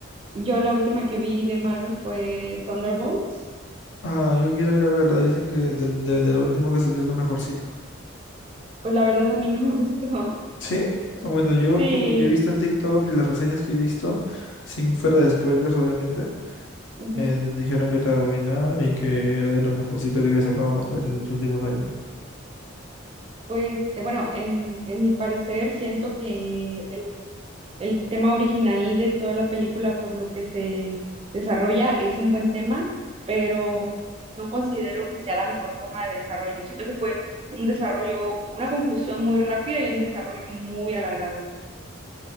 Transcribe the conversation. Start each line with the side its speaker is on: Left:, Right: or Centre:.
Right: Yo la última que vi de Marvel fue Thunderbolts,
Left: Ah, yo quiero ir a verla. Dicen que del- de, de lo último que salió es lo mejorcito.
Right: pues la verdad a mí no me gustó. <laughs>
Left: ¿Sí? Ah, Bueno, yo
Right: Sí,
Left: por lo que he visto en TikTok y las reseñas que he visto, sin fuera de spoilers, obviamente.
Right: ujú.
Left: Me dijeron que estaba buena y que era de lo mejorcito que había sacado Marvel en los últimos años.
Right: Pues eh, bueno, en, en mi parecer siento que el el tema original de toda la película por lo que se desarrolla es un buen tema, pero no considero que sea la mejor forma de desarrollo. Siento que fue un desarrollo, una conclusión muy rápida y un desarrollo muy alargado.